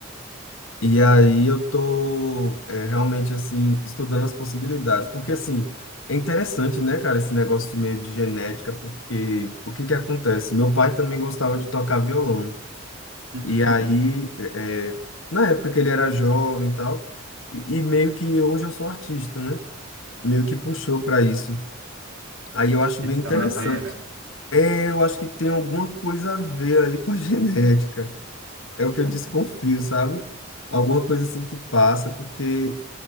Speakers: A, on the left (about 70°); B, on the right (about 75°).
A: E aí eu tô é, realmente assim estudando as possibilidades, porque assim, é interessante, né, cara, esse negócio meio de genética, porque o que que acontece? Meu pai também gostava de tocar violão.
B: uhum.
A: E aí, é, na época que ele era jovem e tal, e, e meio que hoje eu sou um artista, né? Meio que puxou para isso. Aí eu acho
B: Ele
A: bem interessante.
B: tá na veia, né?
A: É, eu acho que tem alguma coisa a ver aí com a <laughs> genética. É o que eu desconfio, sabe? Alguma coisa assim que passa, porque